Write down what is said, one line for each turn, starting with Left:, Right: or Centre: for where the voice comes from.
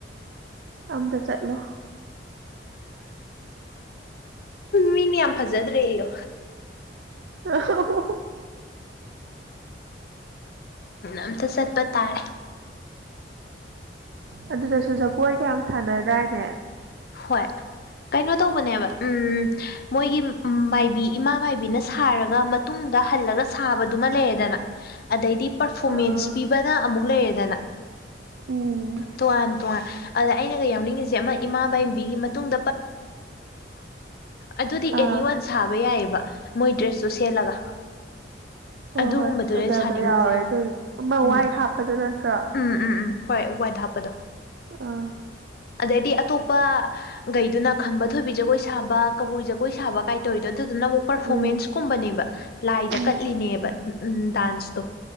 Right: ꯑꯝꯇ ꯆꯠꯂꯣ
Left: ꯃꯤꯅ ꯌꯥꯝ ꯐꯖꯗ꯭ꯔꯦ ꯑꯩꯌꯣ
Right: ꯑꯣ
Left: ꯑꯝꯇ ꯆꯠꯄ ꯇꯥꯔꯦ
Right: ꯑꯗꯨꯗꯁꯨ ꯖꯒꯣꯏ ꯀꯌꯥꯝ ꯁꯥꯟꯅꯗꯥꯏꯅꯦ
Left: ꯍꯣꯏ ꯀꯩꯅꯣ ꯇꯧꯕꯅꯦꯕ ꯎꯝ ꯃꯣꯏꯒꯤ ꯃꯥꯏꯕꯤ ꯏꯃꯥ ꯃꯥꯏꯕꯤꯅ ꯁꯥꯔꯒ ꯃꯇꯨꯡꯗ ꯍꯜꯂꯒ ꯁꯥꯕꯗꯨꯃ ꯂꯩꯔꯗꯅ ꯑꯗꯩꯗꯤ ꯄꯔꯐꯣꯔꯃꯦꯟꯁ
Right: ꯑꯥ
Left: ꯄꯤꯕꯅ ꯑꯃꯨꯛ ꯂꯩꯔꯦꯗꯅ
Right: ꯎꯝ
Left: ꯇꯣꯉꯥꯟ ꯇꯣꯉꯥꯟ ꯑꯗ ꯑꯩꯅꯒ ꯌꯥꯎꯅꯤꯡꯉꯤꯁꯦ ꯑꯃ ꯏꯃꯥꯕꯥꯏ ꯃꯇꯨꯡ ꯑꯗꯨꯅꯤ
Right: ꯑꯥ
Left: ꯁꯥꯕ ꯌꯥꯏꯑꯕ ꯃꯣꯏ ꯗ꯭ꯔꯦꯁꯇꯨ ꯁꯦꯠꯂꯒ
Right: ꯎ
Left: ꯑꯗꯨꯒꯨꯝꯕꯗꯨꯅꯦ
Right: ꯍꯣꯏ ꯍꯣꯏ ꯐꯖꯕ
Left: ꯁꯥꯅꯤꯡꯉꯤꯁꯦ
Right: ꯌꯥꯎꯋꯦ ꯑꯗꯨꯗ ꯑꯃ
Left: ꯎꯝ
Right: ꯋꯥꯏ ꯍꯥꯞꯄꯗꯣ ꯅꯠꯇ꯭ꯔꯣ
Left: ꯎꯝ ꯎꯝ ꯎꯝ ꯍꯣꯏ ꯋꯥꯏꯗ ꯍꯥꯞꯄꯗꯣ
Right: ꯑꯥ
Left: ꯑꯗꯩꯗꯤ ꯑꯇꯣꯞꯄꯒꯩꯗꯨꯅ ꯈꯝꯕ ꯊꯣꯏꯕꯤ ꯖꯒꯣꯏ ꯁꯥꯕ ꯀꯕꯨꯏ ꯖꯒꯣꯏ ꯁꯥꯕ ꯀꯥꯏꯇꯧꯋꯤꯗꯣ ꯑꯗꯨꯗꯨꯅ ꯑꯃꯨꯛ ꯄꯔꯐꯣꯃꯦꯟꯁ
Right: ꯎꯝ
Left: ꯀꯨꯝꯕꯅꯦꯕ ꯂꯥꯏꯗ
Right: ꯎꯝ
Left: ꯀꯠꯂꯤꯅꯦꯕ ꯎꯝ ꯗꯥꯟꯁꯇꯣ